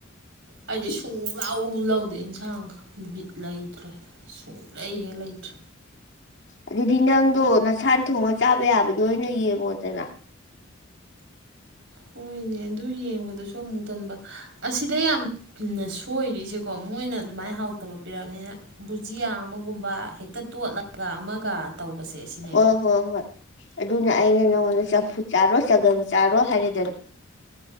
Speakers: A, on the right (about 70°); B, on the left (about 60°).
A: ꯍꯥꯏꯗꯤ ꯁꯨꯡ ꯂꯧꯥꯎ ꯂꯧꯥꯎꯗꯦ ꯏꯟꯁꯥꯡꯒ ꯕꯤꯠ ꯂꯩꯇ꯭ꯔꯦ ꯁꯨꯡꯂꯩ ꯍꯦꯛ ꯂꯩꯇ꯭ꯔꯦ
B: ꯑꯗꯨꯗꯤ ꯅꯪꯗꯣ ꯅꯁꯥꯟ ꯊꯣꯡꯉ ꯆꯥꯕ ꯌꯥꯕꯗꯣ ꯑꯣꯏꯅ ꯌꯦꯡꯉꯣꯗꯅ
A: ꯍꯣꯏꯅꯦ ꯑꯗꯨ ꯌꯦꯡꯕꯗꯁꯨ ꯑꯃꯨꯛ ꯇꯣꯟꯕ ꯑꯁꯤꯗ ꯌꯥꯝꯅ ꯁꯣꯏꯔꯤꯁꯦꯀꯣ ꯃꯣꯏꯅ ꯑꯗꯨꯃꯥꯏꯅ ꯍꯥꯎꯇꯕ ꯄꯤꯔꯛꯑꯕꯅꯤꯅ ꯕꯨꯖꯤꯌꯥ ꯑꯃꯒꯨꯝꯕ ꯍꯦꯛꯇ ꯇꯣꯠꯂꯒ ꯑꯃꯒ ꯇꯧꯕꯁꯦ ꯁꯤꯅꯦꯕ
B: ꯍꯣꯏ ꯍꯣꯏ ꯍꯣꯏ ꯑꯗꯨꯅ ꯑꯩꯅ ꯅꯉꯣꯟꯗ ꯆꯝꯐꯨ ꯆꯥꯔꯣ ꯁꯒꯝ ꯆꯥꯔꯣ ꯍꯥꯏꯔꯗꯅ